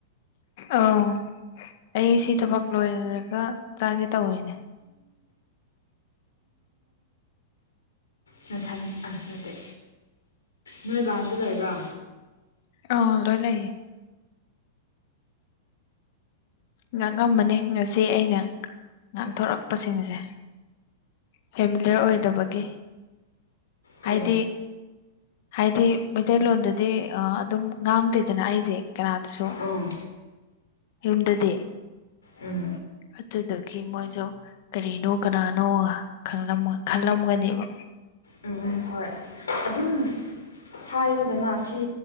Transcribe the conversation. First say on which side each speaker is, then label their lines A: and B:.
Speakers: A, on the left; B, on the left.
A: ꯑꯥꯎ ꯑꯩꯁꯤ ꯊꯕꯛ ꯂꯣꯏꯔꯔꯒ ꯆꯥꯒꯦ ꯇꯧꯔꯤꯅꯦ
B: ꯊ ꯑꯥ ꯅꯠꯇꯦ ꯅꯣꯏ ꯕꯥꯁꯨ ꯂꯩꯕ꯭ꯔꯣ
A: ꯑ ꯂꯣꯏ ꯂꯩꯦ ꯉꯥꯡꯉꯝꯕꯅꯤ ꯉꯁꯤ ꯑꯩꯅ ꯉꯥꯡꯊꯣꯔꯛꯄꯁꯤꯡ ꯑꯁꯦ ꯐꯦꯃꯤꯂꯔ ꯑꯣꯏꯗꯕꯒꯤ
B: ꯀꯩ
A: ꯍꯥꯏꯗꯤ ꯍꯥꯏꯗꯤ ꯃꯩꯇꯩꯂꯣꯟꯗꯗꯤ ꯑꯗꯨꯝ ꯉꯥꯡꯗꯦꯗꯅ ꯑꯩꯗꯤ ꯀꯅꯥꯗꯁꯨ
B: ꯎꯝ
A: ꯌꯨꯝꯗꯗꯤ
B: ꯎꯝ
A: ꯑꯗꯨꯗꯒꯤ ꯃꯣꯏꯁꯨ ꯀꯔꯤꯅꯣ ꯀꯅꯥꯅꯣ ꯈ ꯈꯜꯂꯝꯒꯅꯦꯕ
B: ꯎꯝ ꯍꯣꯏ ꯑꯗꯨꯝ ꯍꯥꯏꯌꯣꯗꯅ ꯁꯤ